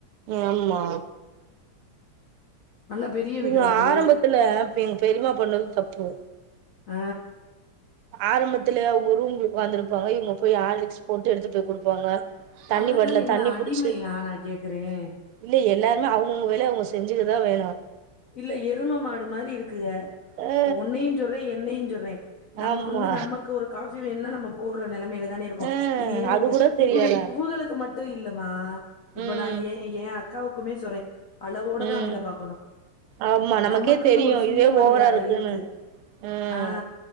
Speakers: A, on the right; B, on the left.
A: ஆமா
B: நல்ல பெரிய
A: இவங்க
B: வீடோ அது?
A: ஆரம்பத்துல எங்க பெரியமா பண்ணது தப் போ
B: ஆ
A: ஆரம்பத்துல அவங்க ரூம்களுக்கு உக்காந்துருப்பாங்க இவங்க போய் ஆர்லிக்ஸ் போட்டு எடுத்து போய் குடுப்பாங்க தண்ணி
B: அதெல்லா
A: வரல
B: என்ன
A: தண்ணி
B: அடிமையா
A: புடிச்சு
B: நா கேக்குறேன்?
A: இல்ல எல்லாமே அவங்கவுங்க வேலைய அவங்க செ செஞ்சுக்கதா வேணு
B: இல்ல எரும மாடு மாரி இருக் க்குகே
A: ஆ
B: உன்னையுஞ்சொல்றே என்னையுஞ்சொல்றே நம்ம
A: ஆமா
B: வந்து நம்ம வந்து ஒரு காபி வேணும்னா நம்ம ஊர நெலமேய்லே தான இருக்கு
A: ஆ
B: இது ஏ
A: அது
B: இவகே
A: கூட தெரியாதா
B: ஏ இவகளுக்கு மட் ட்டு இல்லமா இப்ப
A: ம்
B: நா ஏ ஏ அத் அக்காவுக்குமே சொல்றே அளவோட
A: ம்
B: தா வேல பாக்கணு
A: ஆமா நமக்கே
B: நமக்குன்னு
A: தெரியு
B: ஒரு சுயமரியாத
A: இதுவே ஓவரா இருக்குன்னு
B: இருக்கு
A: ம்
B: ஆ